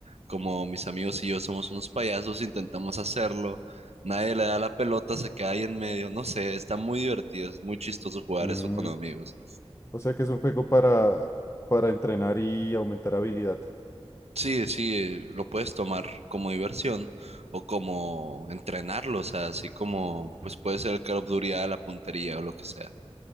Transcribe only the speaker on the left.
Mm,
o sea que es un juego para, para entrenar y aumentar habilidad.